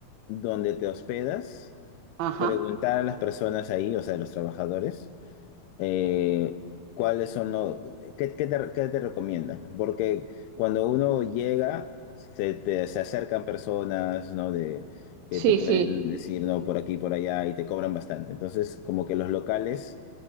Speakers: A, on the left; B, on the right.
A: dónde te hospedas,
B: ajá.
A: preguntar a las personas ahí, o sea, a los trabajadores, eh, cuáles son los, qué, qué te, qué te recomiendan. Porque cuando uno llega, se, te, se acercan personas, ¿no? De, que
B: Sí,
A: te pueden
B: sí.
A: decir, no, por aquí, por allá, y te cobran bastante. Entonces, como que los locales